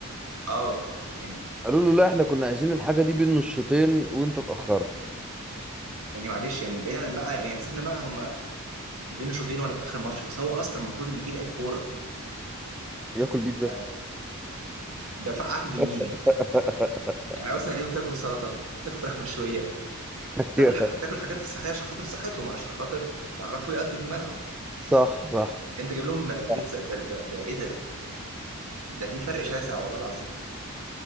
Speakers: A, on the right; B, in the centre.
A: اه يعني
B: قالوا له لا احنا كنا عايزين الحاجة دي بين الشوطين وانت اتأخرت
A: يعني معلش يعني بعيد عن بقى يعني سيبنا بقى هما بين الشوطين ولا في اخر الماتش بس هو اصلا المفروض ان في لعيب كوره
B: ياكل بيتزا
A: ده, ده في عهد مين
B: <laughs>
A: يعني يعني مثلا لعيبه بتاكل سلطه بتاكل فراخ مشويه
B: أيوه.
A: بتاكل حاجة بتاكل حاجات صحيه عشان خاطر صحتهم عشان خاطر يعرفوا يأدوا في الملعب
B: صح صح
A: يعني انت جايب لهم بيتزا
B: صح.
A: ده ده, ده ايه ده ده في فرق شاسع والله العظيم